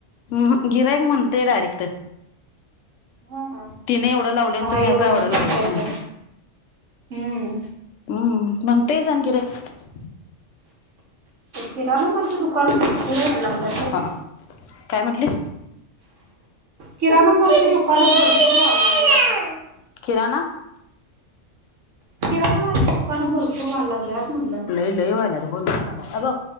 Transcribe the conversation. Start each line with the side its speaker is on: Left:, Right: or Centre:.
Left: हम्म हम्म. गिरायक म्हणतयं डायरेक्ट.
Right: हा
Left: तिने एवढं
Right: तिथं
Left: लावलयं आणि
Right: हा
Left: तुम्ही
Right: एवढा
Left: आ काय एवढं
Right: आणि
Left: लावलयं
Right: तुमच्या इथे
Left: म्हणतेत.
Right: हम्म
Left: हम्म.. म्हणतयचं अन गिरायकं.
Right: किराण माल ची दुकान भरपूरं व्हायला लागलेत बरं का.
Left: हा काय म्हटलीस.
Right: किराणा मालाची दुकान भरपूर व्हायला लागल्यात
Left: किराणा
Right: किराणा मालाच दुकानं भरपूर व्हाय लागल्यात. म्हणलं
Left: लई लई व्हाल्यात अ बघ